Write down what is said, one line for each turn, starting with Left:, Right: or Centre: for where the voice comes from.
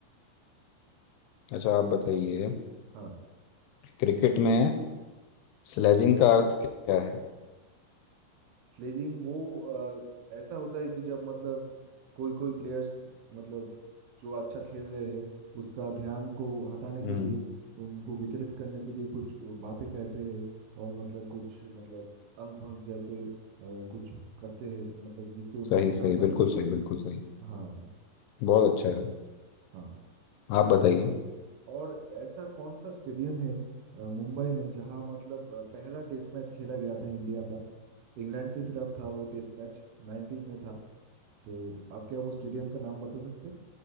Left: अच्छा आप बताइए
Right: हाँ
Left: क्रिकेट में स्लेजिंग का अर्थ क्या है
Right: स्लेजिंग वो अ, ऐसा होता है कि जब मतलब कोई कोई प्लेयर्स मतलब जो अच्छा खेल रहे हैं उसका ध्यान को हटाने
Left: हम्म
Right: के लिए उनको विचलित करने के लिए कुछ बातें कहते हैं और मतलब कुछ मतलब अंग भंग जैसे अ, कुछ करते हैं मतलब जिससे उनका
Left: सही
Right: ध्यान
Left: सही
Right: भटक
Left: बिल्कुल
Right: जाए
Left: सही बिल्कुल सही
Right: हाँ
Left: बहुत अच्छा है
Right: हाँ
Left: आप बताइए
Right: और ऐसा कौन सा स्टेडियम है अ, मुंबई में जहाँ मतलब अ, पहला टेस्ट मैच खेला गया था इंडिया का इंग्लैंड के खिलाफ था वो टेस्ट मैच नाइन्टीज में था तो आप क्या वो स्टेडियम का नाम बता सकते हैं